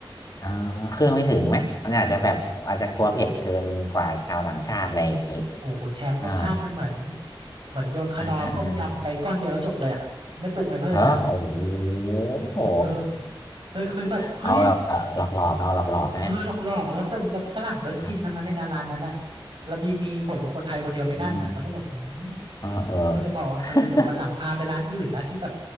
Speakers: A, on the left; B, on the right.
A: อ่าเครื่องไม่ถึงไหมมันอาจจะแบบอาจจะกลัวเผ็ดเกินกว่าชาวต่างชาติอะไรอย่างนี้
B: โอ้โหโอ้โหคุณแชมป์รสชาติมันเหมือน
A: อ่า
B: เหมือนโยนคลอต้มยำไปก้อนเดียวแล้วจบเลยอ่ะไม่ปรุงอะไรเพิ่มเลยอ่ะ
A: อ่าอ่าฮอโอ้โห <laughs> เออ
B: เออเคยเคยแบบเฮ้ย
A: <laughs> เอาแบบหลอกๆเอาหลอกๆไหม
B: เออหลอกๆแล้วคนแล้วฝรั่งก็กินทั้งนั้นเลยนะร้านนั้นอ่ะ
A: อ่า
B: แล้วมีมีผมเป็นคนไทยคนเดียวไปนั่งอ่ะแล้วก็แบบอืม
A: อืมเออเออ
B: ก็เลยบอกว่าเออเดี๋ยววันหลังพาไปร้านอื่นนะที่แบบ
A: <laughs>